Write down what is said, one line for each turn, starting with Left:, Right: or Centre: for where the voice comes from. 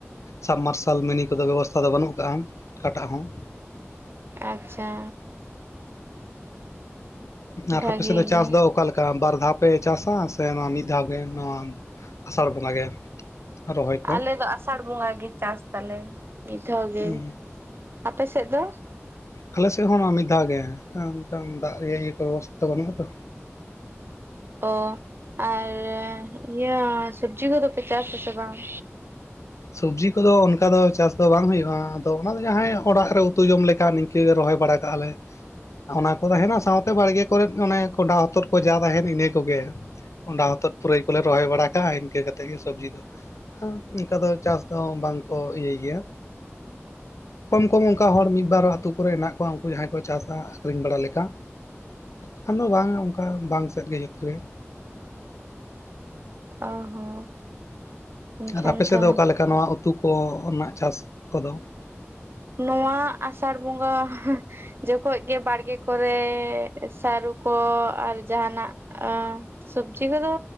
Left: ᱥᱟᱵᱢᱟᱨᱥᱟᱞ ᱢᱤᱱᱤ ᱠᱚᱫᱚ ᱵᱮᱵᱚᱥᱛᱷᱟ ᱫᱚ ᱵᱟᱹᱱᱩᱜ ᱟᱠᱟᱜᱼᱟ ᱚᱠᱟᱴᱟᱜ ᱦᱚᱸ
Right: ᱟᱪᱪᱷᱟ
Left: ᱟᱨ
Right: ᱵᱷᱟᱜᱤ
Left: ᱟᱯᱮ ᱥᱮᱫ ᱫᱚ ᱪᱟᱥ
Right: ᱜᱮ
Left: ᱫᱚ ᱚᱠᱟ ᱞᱮᱠᱟ ᱵᱟᱨ ᱫᱷᱟᱣ ᱯᱮ ᱪᱟᱥᱟ ᱥᱮ ᱱᱚᱣᱟ ᱢᱤᱫ ᱫᱷᱟᱣ ᱜᱮ ᱱᱚᱣᱟ ᱟᱥᱟᱲ ᱵᱚᱸᱜᱟ ᱜᱮ ᱨᱚᱦᱚᱭ ᱠᱚ
Right: ᱟᱞᱮ ᱫᱚ ᱟᱥᱟᱲ ᱵᱚᱸᱜᱟ ᱜᱮ ᱪᱟᱥ ᱛᱟᱞᱮ ᱢᱤᱫᱷᱟᱣ ᱜᱮ
Left: ᱦᱩᱸ
Right: ᱟᱯᱮ ᱥᱮᱫ ᱫᱚ
Left: ᱟᱞᱮ ᱥᱮᱫ ᱦᱚᱸ ᱢᱤᱫ ᱫᱷᱟᱣ ᱜᱮ ᱚᱱᱠᱟ ᱫᱟᱜ ᱨᱮᱭᱟᱜ ᱤᱭᱟᱹ ᱠᱚ ᱵᱮᱵᱚᱥᱷᱟ ᱫᱚ ᱵᱟᱹᱱᱩᱜᱼᱟ ᱛᱚ
Right: ᱚ ᱟᱨ ᱤᱭᱟᱹ ᱥᱚᱵᱽᱡᱤ ᱠᱚ ᱫᱚ ᱯᱮ ᱪᱟᱥ ᱟᱥᱮ ᱵᱟᱝ
Left: ᱥᱚᱵᱽᱡᱤ ᱠᱚ ᱫᱚ ᱚᱱᱠᱟ ᱫᱚ ᱪᱟᱥ ᱫᱚ ᱵᱟᱝ ᱦᱩᱭᱩᱜᱼᱟ ᱟᱫᱚ ᱚᱱᱟ ᱫᱚ ᱡᱟᱦᱟᱸᱭ ᱚᱲᱟᱜ ᱨᱮ ᱩᱛᱩ ᱡᱚᱢ ᱞᱮᱠᱟ ᱨᱚᱦᱚᱭ ᱵᱟᱲᱟ ᱠᱟᱜᱼᱟ ᱞᱮ ᱚᱱᱟ ᱠᱚ ᱛᱟᱦᱮᱸᱱᱟ ᱥᱟᱶᱛᱮ ᱵᱟᱲᱜᱮ ᱠᱚ ᱨᱮ ᱚᱱᱮ ᱠᱚᱸᱰᱷᱟ ᱦᱚᱛᱚᱫ ᱠᱚ ᱡᱟ ᱛᱟᱦᱮᱸᱱ ᱤᱱᱟᱹ ᱠᱚ ᱜᱮ ᱠᱚᱱᱰᱷᱟ ᱦᱚᱛᱚᱫ ᱯᱩᱨᱟᱹᱭ ᱠᱚ ᱞᱮ ᱨᱚᱦᱚᱭ ᱵᱟᱲᱟ ᱠᱟᱜᱼᱟ ᱤᱱᱠᱟᱹ ᱠᱟᱛᱮᱫ ᱜᱮ ᱥᱚᱵᱽᱡᱤ ᱫᱚ ᱟᱨ ᱚᱱᱠᱟ ᱫᱚ ᱪᱟᱥ ᱫᱚ ᱵᱟᱝᱠᱚ ᱤᱭᱟᱹᱭ ᱜᱮᱭᱟ
Right: <inaudible>
Left: ᱠᱚᱢ ᱠᱚᱢ ᱚᱱᱠᱟ ᱦᱚᱲ ᱢᱤᱫ ᱵᱟᱨ ᱟᱹᱛᱩ ᱠᱚ ᱨᱮ ᱦᱮᱱᱟᱜ ᱠᱚᱣᱟ ᱩᱱᱠᱩ ᱡᱟᱦᱟᱸᱭ ᱠᱚ ᱪᱟᱥᱟ ᱟᱠᱷᱨᱤᱧ ᱵᱟᱲᱟ ᱞᱮᱠᱟ ᱠᱷᱟᱱ ᱫᱚ ᱵᱟᱝ ᱚᱱᱠᱟ ᱵᱟᱝ ᱥᱮᱫ ᱜᱮ ᱡᱚᱛᱚ ᱜᱮ
Right: ᱚᱱᱟ ᱦᱚᱸ ᱮᱱᱠᱷᱟᱱ
Left: ᱟᱨ ᱟᱯᱮ ᱥᱮᱫ
Right: ᱛᱚ
Left: ᱫᱚ ᱚᱠᱟ ᱞᱮᱠᱟ ᱱᱚᱣᱟ ᱩᱛᱩ ᱠᱚ ᱨᱮᱱᱟᱜ ᱪᱟᱥ ᱠᱚ ᱫᱚ
Right: ᱱᱚᱣᱟ ᱟᱥᱟᱲ ᱵᱚᱸᱜᱟ ᱡᱚᱠᱷᱚᱡ ᱜᱮ ᱵᱟᱲᱜᱮ ᱠᱚᱨᱮ ᱥᱟᱹᱨᱩ ᱠᱚ ᱟᱨ ᱡᱟᱦᱟᱸᱱᱟᱜ ᱥᱩᱵᱽᱡᱤ ᱠᱚ ᱫᱚ